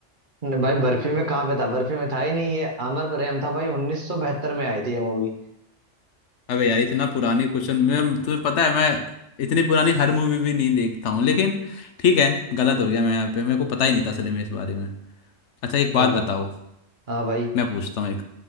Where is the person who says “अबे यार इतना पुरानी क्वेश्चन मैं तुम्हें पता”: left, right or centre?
Left